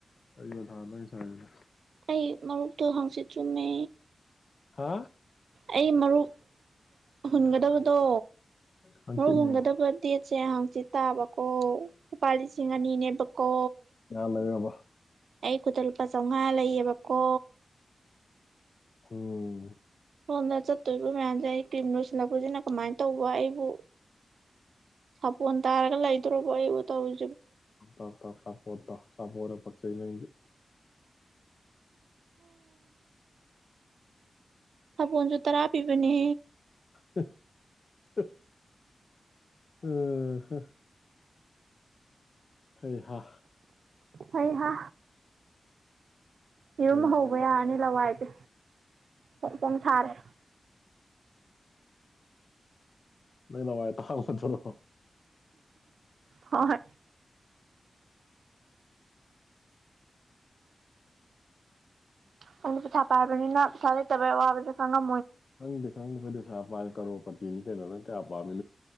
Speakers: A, on the left; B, on the right.
A: ꯑꯩꯅ ꯅꯍꯥꯟ ꯂꯩꯕꯔꯥ ꯌꯦ
B: ꯑꯩ ꯃꯔꯨꯞꯇꯨ ꯍꯥꯡꯆꯤꯠ ꯆꯨꯝꯃꯦ
A: ꯍꯥ
B: ꯑꯩ ꯃꯔꯨꯞ ꯍꯨꯟꯒꯗꯕ ꯗꯣ
A: ꯍꯪꯆꯤꯠ
B: ꯃꯔꯨꯞ ꯍꯨꯟꯒꯗꯕ
A: ꯂꯦꯟꯕ
B: ꯗꯦꯠꯁꯦ ꯍꯥꯡꯆꯤꯠ ꯇꯥꯕ ꯑꯣ ꯄꯥꯔꯤ ꯂꯤꯁꯤꯡ ꯑꯅꯤꯅꯦꯕꯀꯣ
A: ꯉꯍꯥꯛ ꯂꯩꯔꯕ
B: ꯑꯩ ꯈꯨꯠꯇ ꯂꯨꯄꯥ ꯆꯥꯝꯃꯉꯥ ꯂꯩꯌꯦꯕꯀꯣ
A: ꯎꯝ
B: ꯁꯣꯝꯗ ꯆꯠꯇꯣꯏꯕ ꯃꯌꯥꯝꯖꯦ ꯑꯩ ꯀ꯭ꯔꯤꯝ ꯂꯣꯏꯁꯤꯜꯂꯛꯄꯁꯤꯅ ꯀꯃꯥꯏꯅ ꯇꯧꯕ ꯑꯩꯕꯨ ꯁꯥꯄꯣꯟ ꯇꯥꯔꯒ ꯂꯩꯗ꯭ꯔꯣꯕꯣ ꯑꯩꯕꯨ ꯇꯧꯔꯤ
A: ꯇꯥꯎ ꯇꯥꯎ ꯇꯥꯎ ꯁꯄꯣꯟ ꯇꯥꯎ ꯁꯄꯣꯟꯅ ꯐꯩ ꯆꯩ ꯂꯦꯡꯗꯦ
B: ꯁꯥꯄꯣꯟꯁꯨ ꯇꯔꯥ ꯄꯤꯕꯅꯦ
A: <inaudible> ꯑꯥ ꯍ ꯍꯩ ꯍꯥ
B: ꯍꯩ ꯍꯥ ꯌꯦꯔꯨꯝ
A: ꯀꯔꯤ
B: ꯍꯧꯕ
A: ꯑꯇꯥꯡꯕꯗꯣ
B: ꯌꯥꯔꯅꯤ ꯂꯋꯥꯏꯁꯦ ꯐꯣꯡ ꯐꯣꯡ ꯁꯥꯔꯦ
A: ꯅꯪ ꯂꯋꯥꯏ ꯇꯥꯡꯕꯗꯨꯔꯣ
B: <inaudible> ꯍꯣꯏ ꯁꯣꯝꯗꯤ ꯄꯩꯁꯥ ꯄꯥꯏꯕꯅꯤꯅ ꯄꯩꯁꯥ ꯂꯩꯇꯕꯩ ꯑꯋꯥꯕꯁꯦ ꯈꯪꯉꯝ
A: ꯆꯪꯗꯦ ꯆꯪ ꯑꯈꯣꯏ ꯄꯩꯁꯥ ꯄꯥꯏ ꯀꯔꯣ ꯄꯇꯤꯅꯤ ꯀꯩꯅꯣ ꯅꯪ ꯀꯌꯥ ꯄꯥꯝꯃꯤ